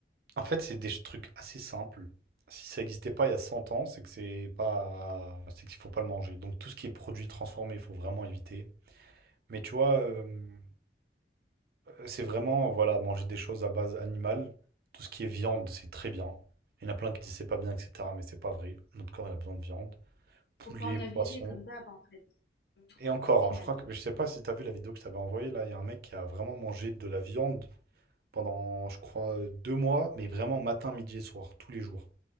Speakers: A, on the right; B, on the left.
A: en fait, c'est des ch- trucs assez simples. Si ça n'existait pas il y a 100 ans, c'est que c'est pas, c'est qu'il faut pas le manger. Donc tout ce qui est produit transformé, il faut vraiment éviter. Mais tu vois, euh, c'est vraiment, voilà, manger des choses à base animale. Tout ce qui est viande, c'est très bien. Il y en a plein qui disent c'est pas bien, etc. Mais c'est pas vrai. Notre corps, il a besoin de viande. Poulet,
B: faut pas en abuser
A: poisson.
B: comme d'hab en fait. Tout
A: Et encore,
B: au final.
A: hein, je crois que je sais pas si tu as vu la vidéo que je t'avais envoyée là. Il y a un mec qui a vraiment mangé de la viande pendant, je crois, euh, deux mois, mais vraiment matin, midi et soir, tous les jours.